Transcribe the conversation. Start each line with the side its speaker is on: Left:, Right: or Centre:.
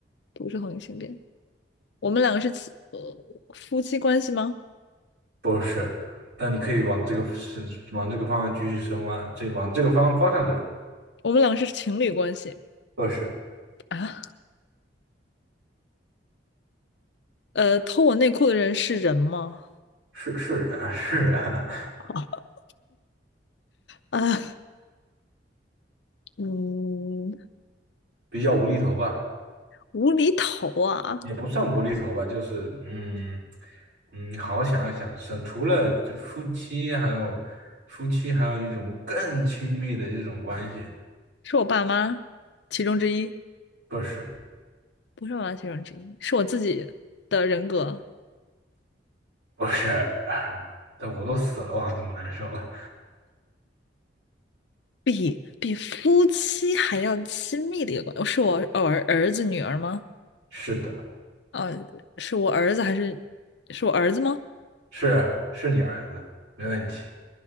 Left: 不是同一个性别，我们两个是亲呃，夫妻关系吗？
Right: 不是，但你可以往这个是往这个方向继续深挖，这往这个方方向的，
Left: 我们两个是情侣关系。
Right: 不是
Left: 啊，呃，偷我内裤的人是人吗？
Right: 是是人啊是人啊，
Left: <laughs> 啊，嗯，
Right: 比较无厘头吧。
Left: 无厘头啊，
Right: 也不算无厘头吧，就是嗯嗯，好好想一想，是除了这夫妻，还有夫妻，还有一种更亲密的这种关系，
Left: 是我爸妈其中之一，
Right: 不是
Left: 不是我爸妈其中之一，是我自己的人格，
Right: 不是，<laughs> 但我都死了，我还怎么难受啊？
Left: 比比夫妻还要亲密的一个关系，哦是我儿儿子女儿吗？
Right: 是的，
Left: 呃，是我儿子还是是我儿子吗？
Right: 是是你儿子，没问题，